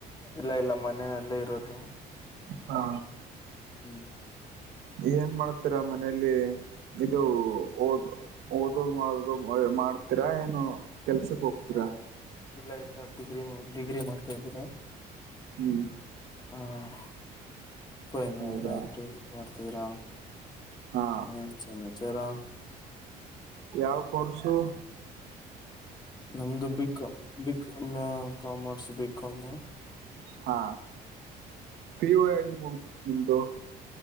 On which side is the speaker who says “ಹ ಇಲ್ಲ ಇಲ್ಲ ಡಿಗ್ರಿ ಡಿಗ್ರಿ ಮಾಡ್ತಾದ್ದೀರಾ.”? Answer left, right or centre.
Left